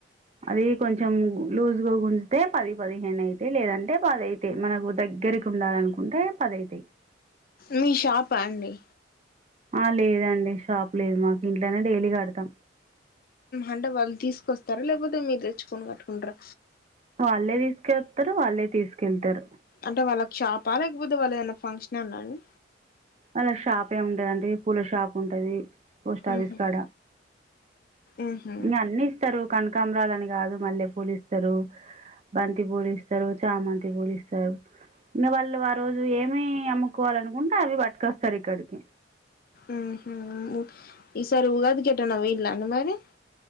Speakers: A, on the right; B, on the left.
A: అది కొంచెం లూజ్గా గుంజుతే పది పదిహేను అయితయి లేదంటే పది అవుతయి మనకు దగ్గరికి ఉండాలనుకుంటే పది అవుతాయి
B: మీ షాపా అండి
A: ఆ లేదండి షాప్ లేదు మాకు ఇంట్లోనే డైలీ కడతాం
B: అంటే వాళ్ళు తీసుకొస్తారా లేకపోతే మీరు తెచ్చుకొని కట్టుకుంటార
A: వాళ్ళే తీసుకెతారు వాళ్ళే తీసుకెళ్తారు
B: అంటే వాళ్ళకి షాప్ ఆ లేకపోతే అందువల్ల ఏదైనా ఫంక్షన్ ఉన్నాండి
A: అళ్ షాప్ ఏ ఉంటదండి పూల షాప్ ఉంటది పోస్టఆఫీస్
B: ఉహు
A: కాడ
B: ఉహు
A: ఇక అన్ని ఇస్తారు కనకామరాలు అన్నీ కాదు మల్లె పూలిస్తారు బంతి పూలిస్తారు చామంతి పూలిస్తారు <unintelligible> ఏమి అమ్ముకోవాలనుకుంటే అవి పట్ట కస్తార క ఇక్కడికి
B: అహా ఈసారి ఉగాది కేటనా వీలే అ మరి